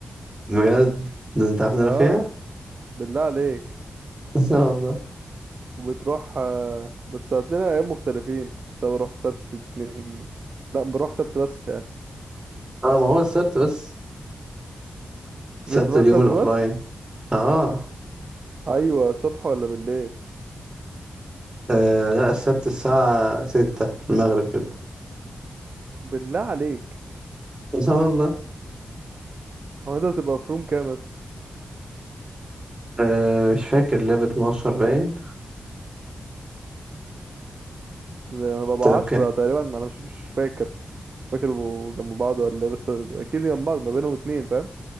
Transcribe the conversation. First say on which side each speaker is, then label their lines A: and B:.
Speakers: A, on the right; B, on the right.
A: بجد ده انت عارف ان انا
B: اه
A: فيها
B: بالله عليك
A: <laughs> اه والله
B: وبتروح آه، بس هات لنا ايام مختلفين بس أنا بروح سبت اتنين لا بروح سبت بس يعني
A: اه ما هو السبت بس السبت
B: انت بتروح
A: اليوم
B: سبت
A: الاوفلاين
B: بس
A: اه
B: ايوه صبح ولا بالليل
A: آه، لا السبت الساعة ستة المغرب كده <laughs>
B: بالله عليك
A: اه والله
B: هو انت بتبقى في روم كام يا اسطى؟
A: آه مش فاكر لاب 12 باين
B: انا ببقى
A: انت لاب
B: عشرة
A: كام
B: تقريبا انا مش مش فاكر مش فاكر بيبقوا جنب بعض ولا ايه بس اكيد جنب بعض ما بينهم اتنين فاهم